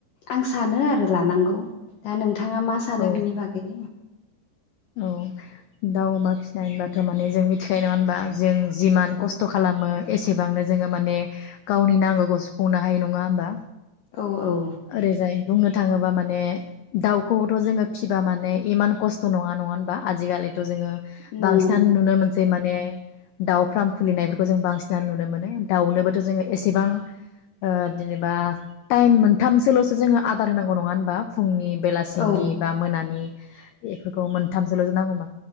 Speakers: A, on the left; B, on the left.
A: आं सानो आरो लानांगौ दा नोंथां थाङा मा सानो
B: औ
A: बिनि बागै
B: औ दाउ अमा फिसिनाय होनबाथ' माने जों मिथिखायो नङा होनबा जों जिमान
A: औ
B: खस्थ' खालामो एसेबांनो जोङो माने गावनि नांगौखौ सुफुंनो हायो नङा होनबा?
A: औ औ
B: ओरैजाय बुंनो थाङोब्ला माने दाउखौथ' जोङो फिबा माने इमान खस्थ नङा नङा होनबा आजिखालिथ' जोङो
A: नङा
B: बांसिनानो नुनो मोनसै माने ने दाउ फ्राम खुलिनायफोरखौ जों बांसिन नुनो मोनो दाउनोबोथ' जोङो एसेबां ओ जेनेबा टाइम मोनथामसोल'सो जोङो आ अआदार होनांगौ नङा होमबा फुंनि बेलासिनि
A: औ
B: बा मोनानि बेफोरखौ मोनथामसोल' जो नांगौमा